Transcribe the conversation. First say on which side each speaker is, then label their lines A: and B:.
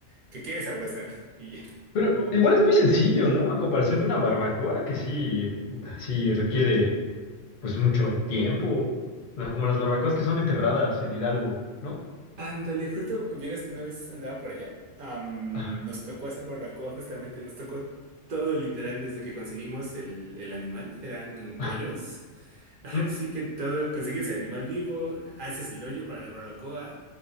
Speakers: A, on the right; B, on the left.
A: que quede sabrosa, ¿no? <laughs> Y ya,
B: Pero
A: como
B: igual
A: que...
B: es muy sencillo, ¿no? A comparación de una barbacoa, que sí, puta, sí requiere, pues, mucho tiempo. O sea, como las barbacoas que son enterradas en Hidalgo, ¿no?
A: Ándale, justo, vieras que una vez andaba por allá, am,
B: Ah,
A: nos tocó hacer barbacoa, justamente nos tocó todo literal desde que conseguimos el, el animal, eran pollos.
B: ah,
A: <laughs> Así
B: mm.
A: que todo, consigues el animal vivo, haces el hoyo para la barbacoa,